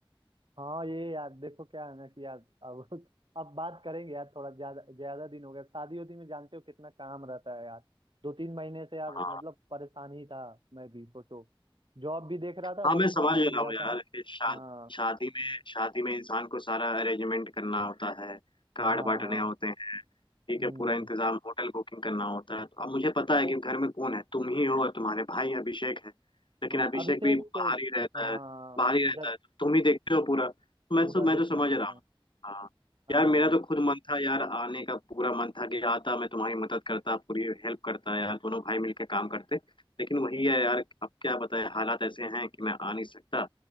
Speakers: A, on the right (about 60°); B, on the left (about 60°).
A: हाँ ये यार देखो क्या है ना कि यार अब अब बात करेंगे यार थोड़ा ज्यादा ज्यादा दिन हो गया शादी उदी में जानते हो कितना काम रहता है यार दो तीन महीने से यार
B: हाँ
A: मतलब परेशान ही था मैं भी सोचो जॉब भी देख रहा
B: हाँ
A: था वर्क
B: मैं समझ
A: फ्रॉम होम
B: रहा
A: लिया
B: हूँ यार
A: था
B: कि शाद,
A: हाँ
B: शादी में शादी में इंसान को सारा अरेंजमेंट करना होता है कार्ड
A: हाँ
B: बांटने
A: हाँ
B: होते हैं ठीक
A: हम्म
B: है पूरा इंतजाम होटल बुकिंग करना होता है तो अब मुझे पता है कि घर में कौन है तुम ही हो और तुम्हारे भाई अभिषेक है लेकिन
A: हाँ,
B: अभिषेक
A: अभिषेक
B: भी बाहर
A: तो
B: ही रहता
A: हाँ
B: है बाहर ही रहता
A: यार
B: है तो तुम ही देखते हो पूरा तो मैं
A: पूरा
B: तो मैं
A: देखना
B: तो समझ
A: पड़ता
B: रहा
A: है
B: हूँ हाँ
A: हाँ
B: यार मेरा तो खुद मन था यार आने का पूरा मन था कि आता मैं तुम्हारी मदद करता पूरी हेल्प करता यार दोनों भाई मिलकर काम करते लेकिन वही है यार अब क्या बताएं हालात ऐसे हैं कि मैं आ नहीं सकता